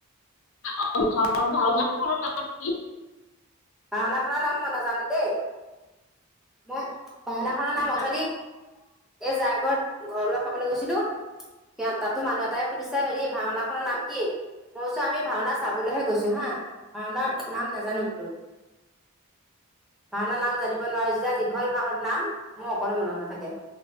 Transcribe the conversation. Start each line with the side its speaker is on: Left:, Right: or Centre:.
Left: অ আ ভাও ভাঁওনাখনৰ নাম কি?
Centre: ভাঁওনা খনৰ নাম মই নাজানো দেই। মই ভাওনাখনৰ নাম অথনি
Left: ভাওনা
Centre: এই যাৰ ঘৰত ঘৰ লোৱা খাবলৈ গৈছিলো সিয়া তাতো মানুহ এটাই সুধিছে হেৰি ভাওঁনা খনৰ নাম কি? মই কৈচো আমি ভাওনা চাবলৈহে গৈছো হা ভাওঁনা নাম নাজানো বোলো। ভাওঁনাৰ নাম জানিব নোৱাৰো যিহে দীঘল ভাওঁ নাম মোৰ অকণো মনত নাথাকে। <inaudible>